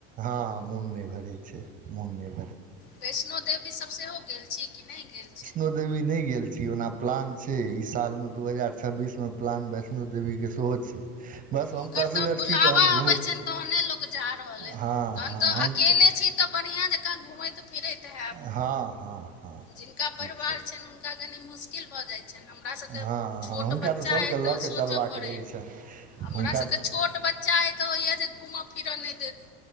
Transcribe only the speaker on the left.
वैष्णो देेवी सभ सेहो गेल छी कि नहि गेल छी।
हुनकर
बुलावा
अबै छनि तहने लोक जा रहल अइ
तहन
अकेले
छी तऽ बढ़िआँ जकाँ घुमैत फिरैत हायब।
जिनका परिवार
छनि हुनका कनि मुश्किल भऽ जाइ छै हमरा सबके
छोट
बच्चा
अइ तऽ
सोचऽ
पड़ैय
हमरा
सबके। छोट बच्चा अइ तऽ होइए जे घूमऽ फिरऽ नहि देत